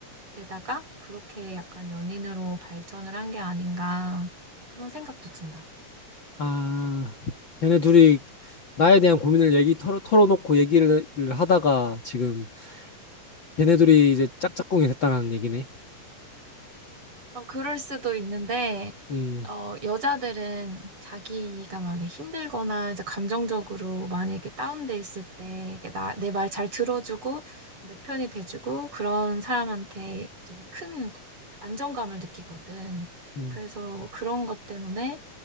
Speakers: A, on the right; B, on the left.
A: 되다가 그렇게 약간 연인으로 발전을 한 게 아닌가 그런 생각도 든다.
B: 아, 걔네 둘이 나에 대한 고민을 얘기 털어, 털어놓고 얘기를 하다가 지금 걔네 둘이 이제 짝짝꿍이 됐다는 얘기네.
A: 어, 그럴 수도 있는데,
B: 음,
A: 어, 여자들은 자기가 막 이렇게 힘들거나 이제 감정적으로 많이 이렇게 다운돼 있을 때 이렇게 나, 내 말 잘 들어주고 내 편이 돼주고 그런 사람한테 되게 큰 안정감을 느끼거든.
B: 음,
A: 그래서 그런 것 때문에